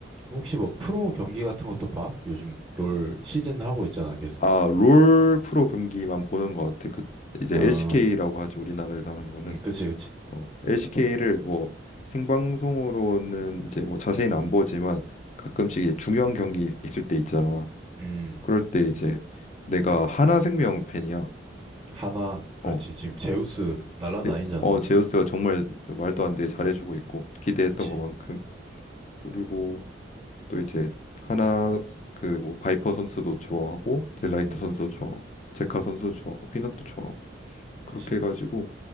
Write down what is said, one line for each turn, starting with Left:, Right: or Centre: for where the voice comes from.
Right: 혹시 뭐 프로 경기 같은 것도 봐? 요즘 롤 시즌 하고 있잖아, 계속.
Left: 아, 롤 프로 경기만 보는 것 같아. 그 이제
Right: 어,
Left: LCK라고 하지 우리나라에서 하는 거는
Right: 음, 그치, 그치.
Left: 어, LCK를 뭐 생방송으로는 이제 뭐 자세히는 안 보지만 가끔씩 이제 중요한 경기 있을 때 있잖아.
Right: 음.
Left: 그럴 때 이제 내가 하나생명 팬이야.
Right: 하나,
Left: 어,
Right: 그렇지. 지금 제우스 날라다니잖아.
Left: 에- 어 제우스가 정말 좀 말도 안 되게 잘해주고 있고 기대했던
Right: 그치.
Left: 것만큼 그리고 또 이제 하나 그 뭐 바이퍼 선수도 좋아하고 델라이트
Right: 음,
Left: 선수도 좋아하고 제카 선수도 좋아하고 피넛도 좋아하고 그렇게
Right: 그치.
Left: 해가지고